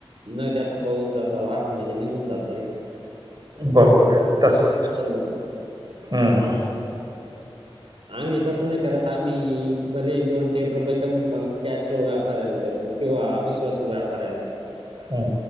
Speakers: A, on the right; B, on the right.
A: न देता पळून जात़ात, असं म्हणजे निघून जातात. एडो
B: बरोबराय तसंच.
A: नुकसान होते
B: हम्म.
A: आम्ही तसं नाही करतं. आम्ही भलेही दोन, तीन रुपये कमी पण कॅश वाप पऱ्याला देतात किंवा विश्वासू व्यापाऱ्याला.
B: हा.